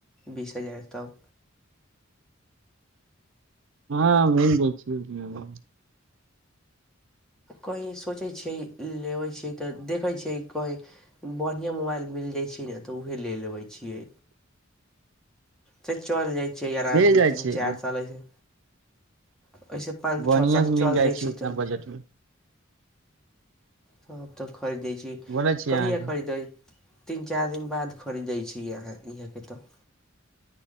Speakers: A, in the centre; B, on the right.
A: बीस हजार तक
B: हँ मन बे <unintelligible>
A: कहीँ सोचै छियै लेबै छियै तऽ देखै छियै कहॅ बढ़िआँ मोबाइल मिल जाइ छै ने तऽ उह ले लेबै छिए से चल जाइ छियै आरामसँ
B: मिल जाइ
A: तीन
B: छै
A: चारि साल अइसे ओहिसँ पाँच
B: बढ़िया
A: छः साल
B: से मिल
A: चलि जाइ
B: छै
A: छी
B: उतना
A: तऽ
B: बजट
A: नै
B: मे
A: तब तऽ खरीदै छी
B: बोलै छी अहाँके
A: कहिया खरीदे तीन चारि दिन बाद खरीदै छी अहाँ इहाँके तऽ